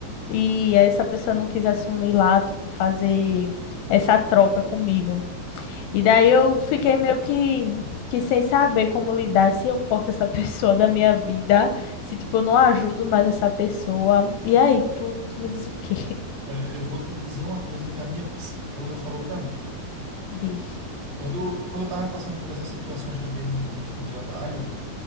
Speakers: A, on the left (about 80°); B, on the right (about 35°).
A: e essa pessoa não quis assumir lá, tipo, fazer essa troca comigo. E daí eu fiquei meio que, que sem saber como lidar, se eu corto essa <laughs> pessoa da minha vida, se, tipo, eu não ajudo mais essa pessoa. E aí, tu, tu me diz o quê?
B: Olha, eu vou te dizer uma coisa que a minha psicóloga falou para mim.
A: <laughs> Diz.
B: Quando, quando eu estava passando por essas situações também no, no trabalho,